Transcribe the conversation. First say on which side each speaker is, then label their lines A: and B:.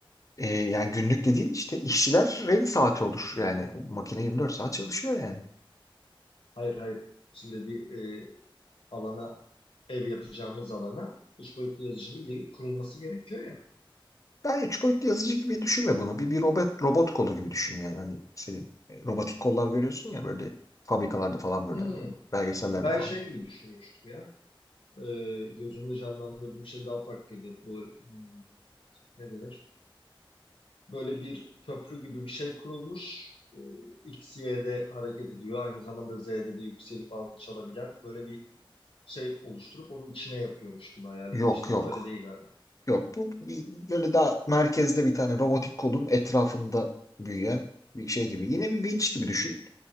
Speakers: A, on the left (about 35°); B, on the left (about 80°).
A: Ee, yani günlük dediğin işte işçilerin saati olur. Yani o makine 24 saat çalışıyor yani.
B: Hayır hayır. Şimdi bir e, alana ev yapacağımız alana üç boyutlu yazıcının gelip kurulması gerekiyor ya.
A: Ben üç boyutlu yazıcı gibi düşünme bunu. Bir, bir robot, robot kolu gibi düşün yani. Hani senin e, robotik kollar görüyorsun ya böyle fabrikalarda falan böyle
B: Hmm.
A: hani belgesellerde
B: Ben
A: falan.
B: şey gibi düşünmüştüm ya. E, gözümde canlandırdığım şey daha farklıydı. Bu hmm, ne denir? Böyle bir köprü gibi bir şey kurulmuş. E, X, Y'de hareket ediyor. Aynı zamanda Z'de de yükselip alçalabilen böyle bir şey oluşturup onun içine yapıyormuş gibi hayal
A: Yok
B: etmiştim
A: yok.
B: ama öyle değil galiba.
A: Yok bu böyle daha merkezde bir tane robotik kolun etrafında büyüyen bir şey gibi. Yine bir vinç gibi düşün.